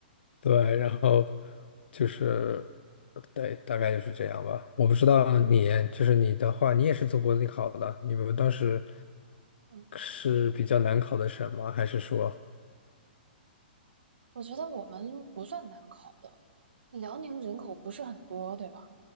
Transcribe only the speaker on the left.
对，然后就是，对，大概就是这样吧。我不知道你，就是你的话，你也是从国内考的，你们当时
是比较难考的省吗？还是说，